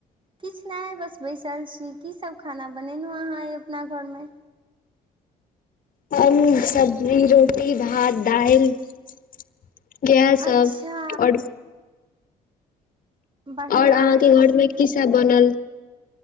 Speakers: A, on the right; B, on the left.
A: किछ नहि बस बैसल छी की सब खाना बनेलहुँ अहाँ एहि अपना घरमे
B: प <unintelligible> सब्जी रोटी भात दालि इएह सब
A: अच्छा
B: ओर
A: बढ़िआँ
B: और अहाँके
A: अछि
B: घर में की सब बनल